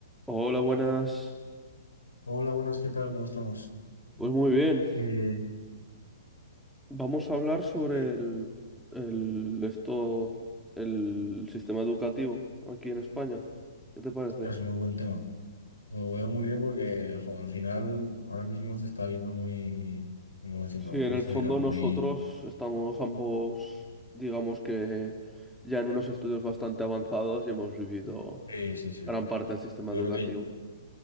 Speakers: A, in the centre; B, on the left.
A: Hola, buenas.
B: Hola, buenas, ¿qué tal? ¿Cómo estamos? Mm.
A: Pues muy bien.
B: Eh,
A: Vamos a hablar sobre
B: Eh,
A: el, el- esto, el sistema educativo aquí en España. ¿Qué te parece?
B: ostras, muy buen tema. Lo veo muy bien porque, jo, al final, ahora mismo se está viendo muy, ¿cómo decirlo?
A: Sí,
B: Muy
A: en
B: perjudicado,
A: el fondo
B: muy...
A: nosotros estamos ambos, digamos que ya en unos estudios bastante avanzados y hemos vivido
B: Sí, sí, sí.
A: gran parte del sistema
B: Yo
A: educativo.
B: creo que,